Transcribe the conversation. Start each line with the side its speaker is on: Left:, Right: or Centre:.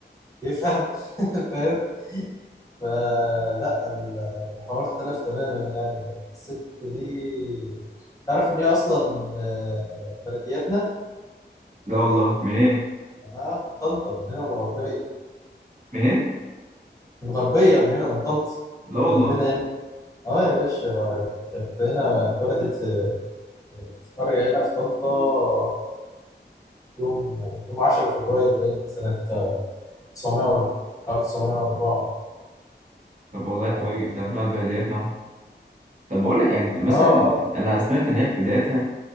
Left: يفهم <laughs> فاهم فلا ال- الحوار اختلف تماما يعني الست دي تعرف ان هي اصلا آه، بلدياتنا
Right: لا والله منين
Left: اه من طنطا من هنا من الغربيه
Right: منين
Left: من الغربيه من هنا من طنطا
Right: لا والله
Left: جنبنا هنا اه يا باشا كانت هنا اتولدت في في قريه هنا في طنطا يوم يوم 10 فبراير باين سنة 904 904
Right: طب والله
Left: هو
Right: كويس
Left: يعني
Right: ده طلعت بهديات نوع طب بقول لك يعني أنت مثلا
Left: اه اه
Right: انا سمعت ان هي في بدايتها